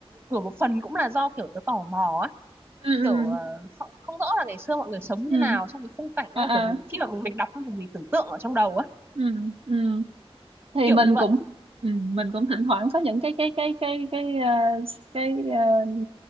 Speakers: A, on the right; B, on the right.
A: kiểu một phần cũng là do kiểu tôi tò mò á
B: ừ,
A: kiểu
B: ừ,
A: ờ, không, không rõ là ngày xưa mọi người sống
B: ừ,
A: như nào xong cái khung cảnh
B: à,
A: nó
B: à,
A: kiểu mình khi mà mình mình đọc mình, mình tưởng tượng ở trong đầu á
B: ừ, ừ. thì
A: kiểu
B: mình
A: như vậy
B: cũng ừ, mình cũng thỉnh thoảng có những cái cái cái cái cái ờ, cái ờ,